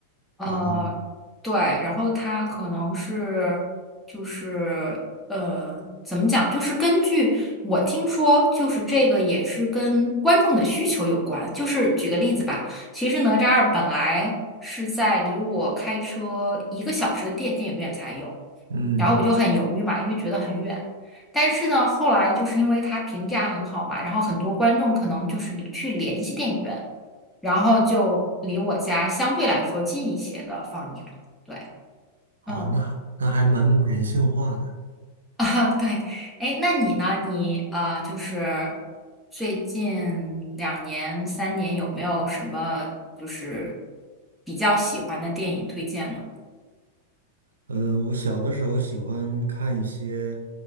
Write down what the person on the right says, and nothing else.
哦，
嗯，
好，
那还那还蛮人性化的。
嗯，我小的时候喜欢看一些，